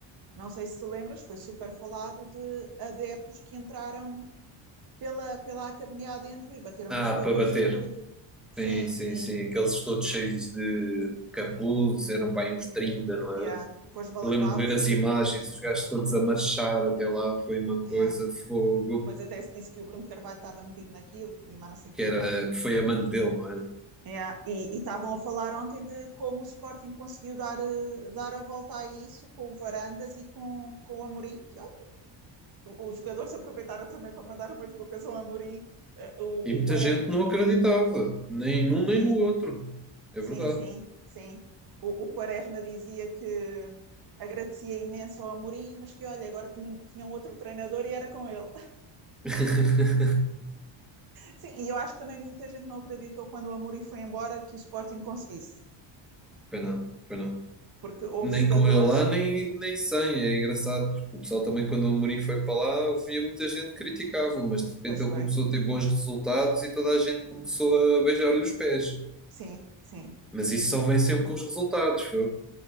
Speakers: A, on the right (about 45°); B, in the centre.
A: Não sei se te lembras, foi super falado de adeptos que entraram pela, pela academia adentro e bateram
B: Ah,
A: em jogadores
B: para bater.
A: e tudo. Sim,
B: Sim, sim,
A: sim.
B: sim. Aqueles todos cheios de de capuz, eram para aí uns 30, não
A: Yeah.
B: é?
A: Com as balaclavas
B: Eu lembro de ver as
A: e tudo.
B: imagens, os gajos todos a marchar até lá, foi uma coisa,
A: Yeah.
B: fogo,
A: Depois até se disse que o Bruno Carvalho estava metido naquilo e mais não sei o
B: que
A: quê.
B: era, que foi a mano dele, não era?
A: Yeah. E e estavam a falar ontem de como o Sporting conseguiu dar, eh, dar a volta a isso com o Varandas e com, com o Amorim. Que, olha, o- os jogadores aproveitaram também para mandar umas bocas ao Amorim. eh, o,
B: E muita
A: o Quaresma,
B: gente não acreditava, nem num
A: sim,
B: nem no outro. É
A: Sim,
B: verdade.
A: sim, sim. O, o Quaresma dizia que agradecia imenso ao Amorim, mas que olha, agora tinha, tinha um outro treinador e era com ele. <laughs>
B: <laughs>
A: Sim, e eu acho que também muita gente não acreditou quando o Amorim foi embora que o Sporting conseguisse,
B: Pois não, pois não.
A: porque houve
B: Nem
A: jogadores,
B: com ele lá, nem, nem sem. É engraçado, porque o pessoal também, quando o Amorim foi para lá, ouvia muita gente que criticava, mas de repente
A: pois
B: ele
A: foi.
B: começou a ter bons resultados e toda a gente começou a beijar-lhe os pés.
A: Sim, sim,
B: Mas isso só vem sempre com os resultados, fogo.